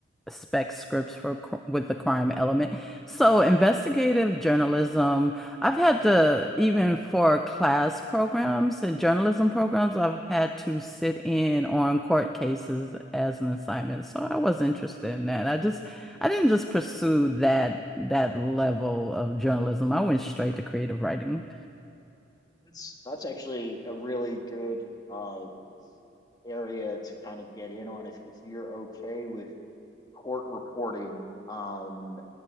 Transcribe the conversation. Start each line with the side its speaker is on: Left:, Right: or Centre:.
Centre: spec scripts for cr- with the crime element. So investigative journalism, I've had to even for class programs and journalism programs, I've had to sit in on court cases as an assignment. So I was interested in that. I just I didn't just pursue that that level of journalism. I went straight to creative writing.
Left: That's that's actually a really good uh area to kind of get in on if if you're okay with court reporting, um,